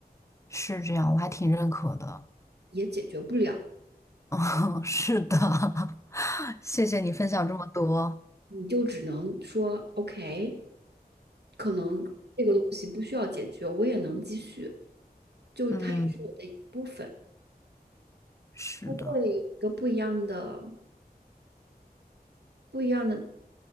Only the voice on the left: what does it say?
是这样，我还挺认可的，
<laughs> 嗯，是的，<laughs> 谢谢你分享这么多，
嗯，是的，